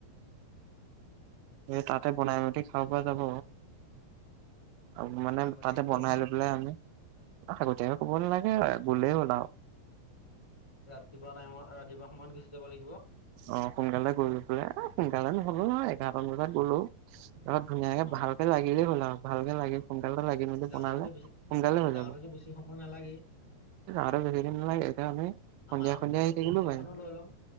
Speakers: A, on the right; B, on the left.
A: এই তাতে বনাই মেলি খাব পৰা যাব। আৰু মানে
B: আগতে
A: তাতে
B: কৈ
A: বনাই
B: থম
A: লৈ পেলাই আমি আগতীয়া। ক'ব নালাগে এ গলেই হ'ল আও।
B: ৰাতিপুৱা টাইমত ৰাতিপুৱা সময়ত গুচি যাব লাগিব।
A: অ সোনকালে গৈ পেলাই সোনকালে নহলো হয় এঘাৰটামান বজাত গলো। ৰদ ধুনীয়াকে
B: অ
A: ভালকে লাগিলেই হ'ল আও। ভালকে লাগে চুন। ভালকে লাগি মেলি
B: যাওঁতেতো
A: বনালে
B: বেছি
A: সোনকালে হৈ
B: যাওঁতেতো
A: যাব
B: বেছি সময় নালাগেই
A: আৰু বেছি দিন নালাগে এতিয়া আমি সন্ধিয়া
B: আমাৰ
A: সন্ধিয়া
B: মোৰ
A: আহি
B: মোৰ
A: থাকিলো
B: ভাগৰখনো
A: পাৰিম।
B: লৈ ল'ম